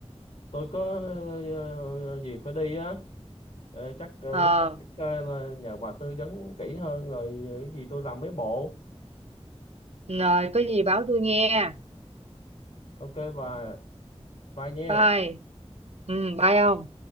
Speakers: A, on the left; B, on the right.
A: tôi có ờ, việc phải đi á Ờ, chắc ờ,
B: ờ
A: lúc khác ờ, là nhờ bà tư vấn kỹ hơn rồi ờ, cái gì tôi làm mấy bộ
B: rồi có gì báo tôi nghe
A: ok bà bye nha
B: bye ừ bye ông